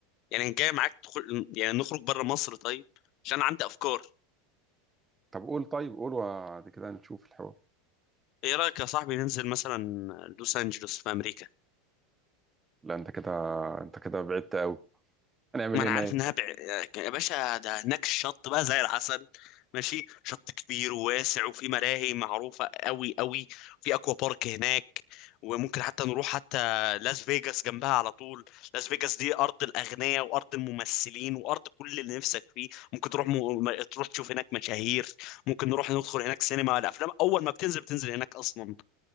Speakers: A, on the left (about 50°); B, on the right (about 20°).
A: يعني جاي معاك تخل... يعني نخرج بره مصر طيب عشان عندي افكار
B: طب قول طيب قول وبعد كده نشوف الحوار
A: ايه رايك يا صاحبي ننزل مثلا لوس انجلوس في امريكا
B: لا انت كده انت كده بعدت قوي هنعمل
A: ما انا
B: ايه هناك
A: عارف انها بع... يا باشا ده هناك الشط بقى زي العسل ماشي شط كبير وواسع وفي ملاهي معروفه قوي قوي في اكوا بارك هناك وممكن حتى نروح حتى لاس فيجاس جنبها على طول لاس فيجاس دي ارض الاغنياء وارض الممثلين وارض كل اللي نفسك فيه ممكن تروح م... م- تروح تشوف هناك مشاهير ممكن نروح ندخل هناك سينما الافلام اول ما بتنزل بتنزل هناك اصلا